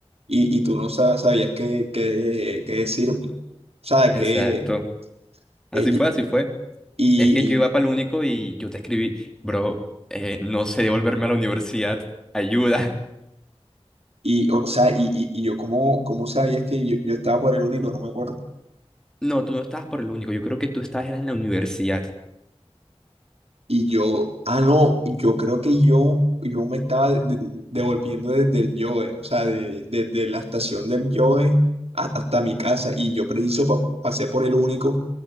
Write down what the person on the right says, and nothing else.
y, y tú no sa- sabías qué, qué, qué decirme. O sea,
que,
eh,
y,
y,
y, y, o sea, y, y, y yo, ¿cómo, cómo sabías que yo, yo estaba por el único? No me acuerdo.
Y yo, ah, no, yo creo que yo, yo me estaba de- de- devolviendo desde el Yoe, o sea, de- desde la estación del Yoe hasta, hasta mi casa. Y yo preciso pa- pasé por el único.